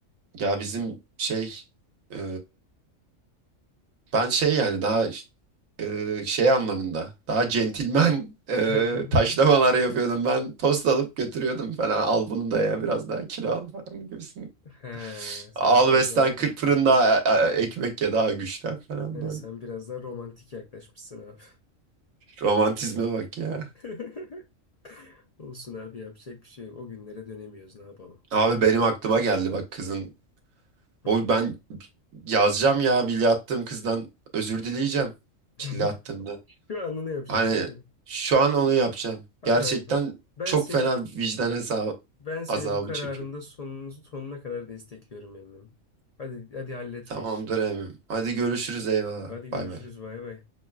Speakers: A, on the right; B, on the left.
A: Ya bizim şey e, ben şey yani daha e, şey anlamında daha centilmen e,
B: <laughs>
A: taşlamalar yapıyordum. Ben tost alıp götürüyordum falan al bunu da ya biraz daha kilo al falan gibisin.
B: He, sen
A: Al
B: biraz
A: besten
B: daha
A: 40 fırında e, e, ekmek ye daha güçlen falan
B: he, sen biraz daha romantik yaklaşmışsın abi.
A: Romantizme bak ya.
B: <laughs> Olsun abi yapacak bir şey yok. O günlere dönemiyoruz ne yapalım.
A: Abi benim aklıma geldi bak kızın.
B: Hı.
A: O ben yazacağım ya bilye attığım kızdan özür dileyeceğim. Çille
B: <laughs>
A: attığımda.
B: Şu anda ne yapacaksın
A: Hani
B: değil mi?
A: şu an onu yapacağım.
B: Hadi
A: Gerçekten
B: abi ben
A: çok
B: seni
A: fena vicdan hesabı,
B: ben seni
A: azabı
B: bu kararında
A: çekiyor.
B: sonunu, sonuna kadar destekliyorum emmim. Hadi hadi hallet şu
A: Tamamdır
B: işi.
A: Emim. Hadi görüşürüz eyvallah.
B: Hadi görüşürüz
A: Bay bay.
B: bay bay.